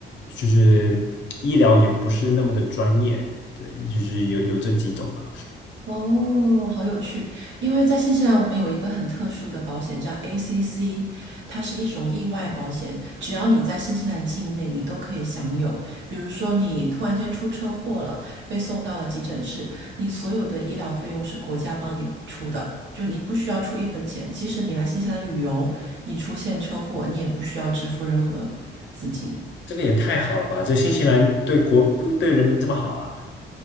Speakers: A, on the left; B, on the right.
A: 就是医疗也不是那么的专业，对，就是有有这几种吧。
B: 哦，好有趣！因为在新西兰，我们有一个很特殊的保险叫 ACC，它是一种意外保险，只要你在新西兰境内，你都可以享有。比如说，你突然间出车祸了，被送到了急诊室，你所有的医疗费用是国家帮你出的，就你不需要出一分钱。即使你来新西兰旅游，你出现车祸，你也不需要支付任何资金。
A: 这个也太好了吧！这新西兰对国对人民这么好啊！